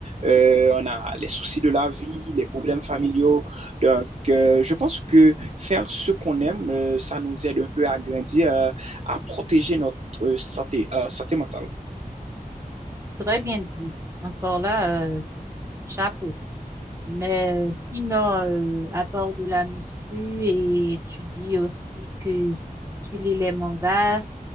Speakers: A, on the right (about 45°); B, on the right (about 20°).
A: euh, on a les soucis de la vie, les problèmes familiaux. Donc, euh, je pense que faire ce qu'on aime, euh, ça nous aide un peu à grandir, euh, à protéger notre euh, santé, euh, santé mentale.
B: Très bien dit. Encore là. euh, Chapeau. Mais sinon, euh, à part de la muscu et tu dis aussi que tu lis les mangas,